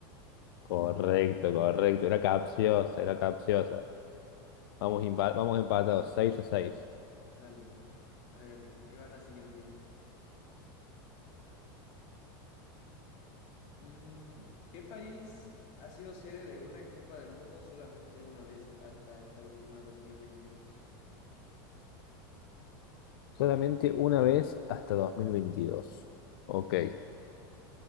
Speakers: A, on the left; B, on the left.
A: Correcto, correcto. Era capciosa, era capciosa. Vamos, empa- vamos empatados, 6 a 6.
B: Dale. A ver, ahí va la siguiente. Mm, ¿qué país ha sido sede de una Copa del Mundo solamente una vez hasta esta última 2022?
A: Solamente una vez hasta 2022. Ok.